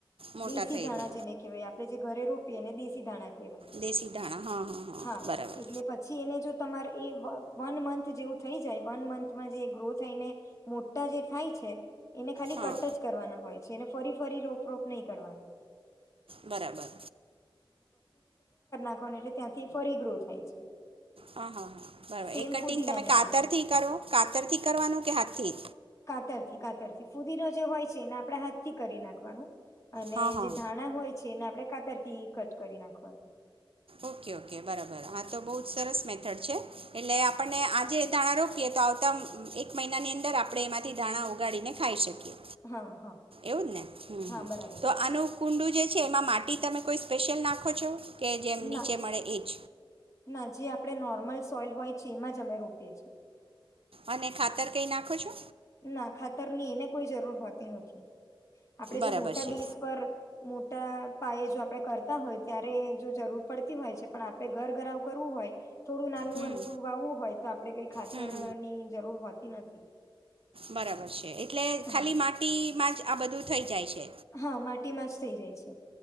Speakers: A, on the right; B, on the left.
A: મોટા
B: દેશી
A: થઈ
B: ધાણા
A: રહે
B: જેને કેવાય આપડણે જે ઘરે રો એને દેશી ધાણા કહેવાય.
A: દેશી ધાણા હ, હ, હ,
B: હા
A: બરાબર.
B: એટલે પછી એને જો તમારે એ વ વન મંથ જેવું થઈ જાય વન મંથમાં જે ગ્રો થઈને મોટા જે થાય છે એને ખાલી
A: હા
B: કટ જ કરવાના હોય. છે એને ફરી ફરી રોપ રોપ નહીં કરવાનો.
A: બરાબર હ.
B: નાખવાના એટલે ત્યાંથી ફરી ગ્રો થાય છે.
A: હા-હા બરાબર,
B: સેમ
A: એ કટિંગ
B: ફુદીનાની
A: તમે કાતર
B: જેમ
A: થી કરો, કાતર થી કરવાનું કે હાથથી?
B: કાતરથી-કાતરથી, ફુદીનો જે હોય છે એને આપણે હાથથી કરી નાખવાનું. અને
A: હા હા
B: જે ધાણા હોય છે એને આપણે કાતરથી કટ કરી નાખવાનું.
A: ઓકે ઓકે બરાબર હા તો બહુ જ સરસ મેથડ છે. એટલે આપણને આજે <unintelligible> એ તો આવતા એક મહિનાની અંદર આપણે એમાંથી ધાણા ઉગાડીને ખાઈ શકીએ
B: હ હ
A: એવું જ ને હમ
B: હા
A: હમ
B: બરાબર
A: તો
B: છે.
A: આનું કુંડું જે એમાં માટી તમે કોઈ સ્પેશિયલ નાખો છો કે?? જેમ
B: ના
A: નીચે મળે એ જ.
B: ના જે આપણે નોર્મલ સોઇલ હોય છે એમાં જ અમે રોપીએ છીએ.
A: અને ખાતર કઈ નાખો છો?
B: ના, ખાતરની એને કોઈ જરૂર હોતી નથી. આપડે
A: બરાબર
B: જો મોટા
A: છે
B: બેઝ પર મોટા પાયે જો આપણે કરતા હોય ત્યારે જો જરૂર પડતી હોય છે પણ આપે ઘર ઘરાવ કરવું હોય... થોડું નાનું
A: હમ
B: એમથું વાવવું હોય તો આપડે કઈ ખાતરની
A: હમ
B: જરૂર હોતી નથી <inaudible>
A: બરાબર છે. એટલે ખાલી
B: હા
A: માટી માં જ આ બધું. થઈ જાય છે.
B: હા માટીમાં જ થઇ જાય છે.